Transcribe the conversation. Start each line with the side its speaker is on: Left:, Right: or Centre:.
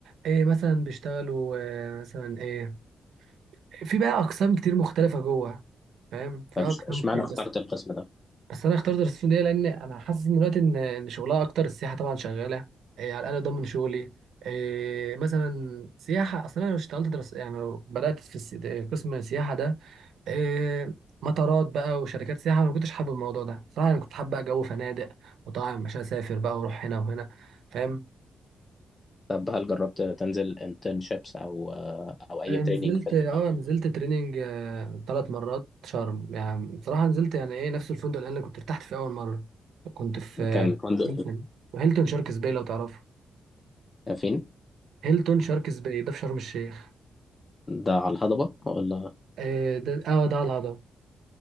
Right: ايه مثلا بيشتغلوا اه، مثلا ايه في بقى اقسام كتير مختلفة جوه فاهم في
Left: طب
Right: اقسام
Left: إش- اشمعنى
Right: كتير
Left: اخترت
Right: بس
Left: القسم ده
Right: بس انا اخترت السعوديه لان انا حاسس ان دلوقتي ان إن شغلها اكتر السياحه طبعا شغاله إيه على الاقل ضمن شغلي إيه مثلا سياحه اصلا انا لو اشتغلت درس يعني لو بدات في الس- آه، قسم السياحه ده إيه مطارات بقى وشركات سياحه انا ما كنتش حابب الموضوع ده صراحه انا كنت حابب بقى جو فنادق وطبعا مش هسافر بقى واروح هنا وهنا فاهم
Left: طب هل جربت تنزل انترنشيبس او آه، او اي
Right: انا
Left: تريننج
Right: نزلت
Left: في ال-
Right: اه نزلت تريننج آه، ثلاث مرات شرم يعني بصراحه نزلت يعني ايه نفس الفندق اللي انا كنت ارتحت فيه اول مره كنت في آه،
Left: كان فندق
Right: هيلتون في هيلتون شاركس باي لو تعرفه
Left: فين
Right: هيلتون شاركس باي ده في شرم الشيخ
Left: ده على الهضبة ولا
Right: آه، ده اه ده على الهضبه